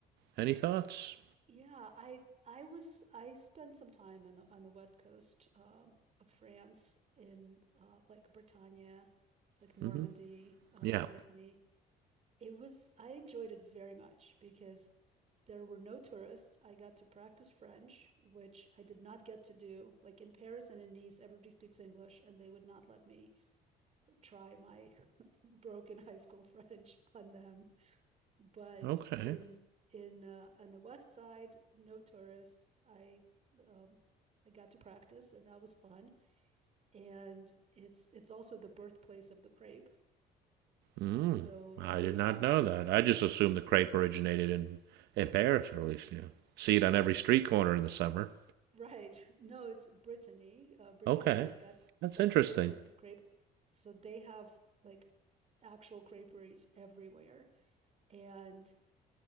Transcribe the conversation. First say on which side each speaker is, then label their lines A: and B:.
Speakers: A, on the right; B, on the right.
A: Any thoughts?
B: Yeah, I I was I spent some time in the, on the west coast um, of France in uh, like Bretagne, like Normandy,
A: hmm
B: uh,
A: Yeah.
B: Brittany. It was I enjoyed it very much because there were no tourists. I got to practice French, which I did not get to do. Like in Paris and in Nice, everybody speaks English, and they would not let me try my <laughs> broken high school French on them but
A: Okay.
B: in in uh, on the west side, no tourists. I um, I got to practice, and that was fun. And it's it's also the birthplace of the crepe,
A: Mm.
B: so
A: I
B: they
A: did not
B: have.
A: know that. I just assumed the crepe originated in in Paris, or at least you know, see it
B: Uh,
A: on every street corner in the summer.
B: <laughs> right. No, it's Brittany, uh, Britannia.
A: Okay,
B: That's
A: that's
B: that's
A: interesting.
B: the birthplace of crepe. So they have like actual creperies everywhere. And